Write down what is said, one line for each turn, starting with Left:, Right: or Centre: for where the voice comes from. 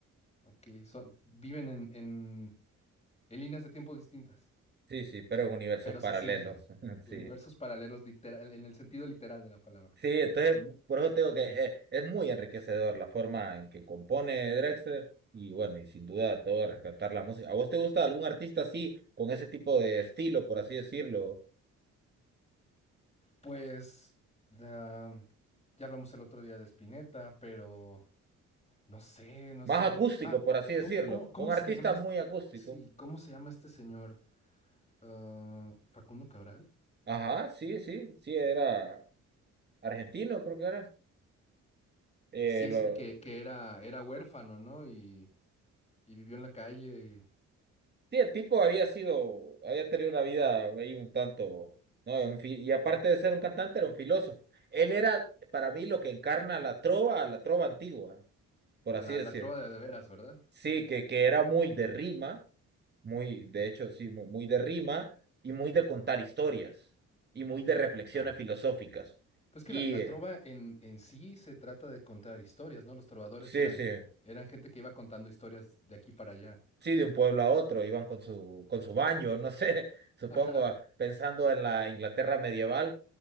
Left: Ok, son, viven en, en, en líneas de tiempo distintas.
Right: Sí, sí, pero en universos
Left: pero
Right: paralelos.
Left: se sienten.
Right: <laughs>
Left: Universos
Right: Sí.
Left: paralelos literal, en el sentido literal de la palabra.
Right: Sí, entonces, por eso te digo
Left: Ok.
Right: que eh, es, muy enriquecedor la forma en que compone Drexler y bueno, y sin duda todo rescatar la música. ¿A vos te gusta algún artista así, con ese tipo de estilo, por así decirlo?
Left: Pues ah, ya hablamos el otro día de Spinetta, pero no sé, no
Right: Más
Left: sé.
Right: acústico,
Left: Ah,
Right: por así decirlo.
Left: ¿cómo, cómo, cómo
Right: Un
Left: se
Right: artista
Left: llama este?
Right: muy acústico.
Left: Sí, ¿cómo se llama este señor? Ah, Facundo Cabral.
Right: Ajá, sí, sí, sí, era argentino, creo que era. Eh,
Left: Sí, es
Right: lo...
Left: el que, que era, era huérfano, ¿no? Y, y vivió en la calle. y-
Right: Sí, el tipo había sido, había tenido una vida ahí un tanto, ¿no? Un fi- Y aparte de ser un cantante, era un filósofo. Él era, para mí, lo que encarna la trova, la trova antigua, por
Left: a
Right: así
Left: la,
Right: decir.
Left: la trova de, de veras, ¿verdad?
Right: Sí, que, que era muy de rima, muy, de hecho, sí, mu- muy de rima y muy de contar historias y muy de reflexiones
Left: Claro.
Right: filosóficas.
Left: Pues que
Right: Y
Left: la, la
Right: eh,
Left: trova en, en sí se trata de contar historias, ¿no? Los trovadores
Right: sí,
Left: eran,
Right: sí.
Left: eran gente que iba contando historias de aquí para allá.
Right: sí, de un pueblo a otro, iban con su, con su baño, no sé, <laughs> supongo,
Left: Ajá,
Right: ah, pensando en la Inglaterra medieval,